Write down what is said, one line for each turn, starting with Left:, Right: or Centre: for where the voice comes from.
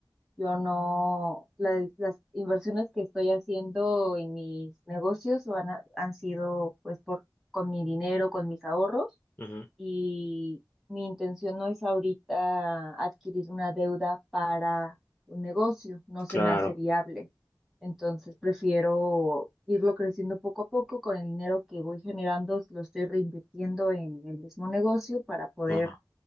Centre: yo no, la- las inversiones que estoy haciendo en mis negocios van a- han sido pues por, con mi dinero, con mis ahorros.
Left: ujú,
Centre: y mi intención no es ahorita adquirir una deuda para un negocio, no se
Left: claro,
Centre: me hace viable. Entonces prefiero irlo creciendo poco a poco con el dinero que voy generando, lo estoy reinvirtiendo en el mismo negocio para poder
Left: ajá,